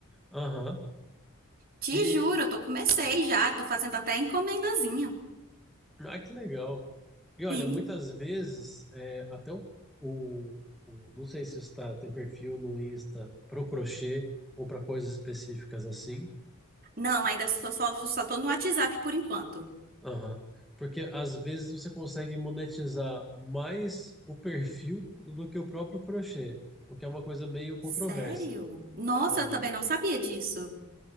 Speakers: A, in the centre; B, on the right.
A: Aham.
B: Te
A: E,
B: juro, eu tô comecei já, tô fazendo até encomendazinha.
A: ah, que legal. E olha,
B: Sim.
A: muitas vezes, é, até o, o, o- Não sei se você tá, tem perfil no Insta para o crochê ou para coisas específicas assim.
B: Não, ainda só, só, só tô no WhatsApp por enquanto.
A: Aham. Porque às vezes você consegue monetizar mais o perfil do que o próprio crochê, o que é uma coisa meio controversa.
B: Sério? Nossa,
A: Aham.
B: eu também não sabia disso.